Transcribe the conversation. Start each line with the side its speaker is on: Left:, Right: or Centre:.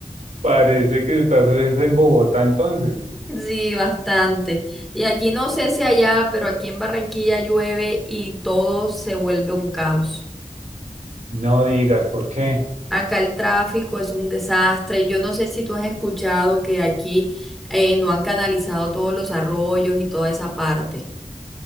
Right: Parece que estás es en Bogotá entonces.
Centre: Sí, bastante. Y aquí no sé si allá, pero aquí en Barranquilla llueve y todo se vuelve un caos.
Right: No digas, ¿por qué?
Centre: Acá el tráfico es un desastre. Yo no sé si tú has escuchado que aquí eh, no han canalizado todos los arroyos y toda esa parte.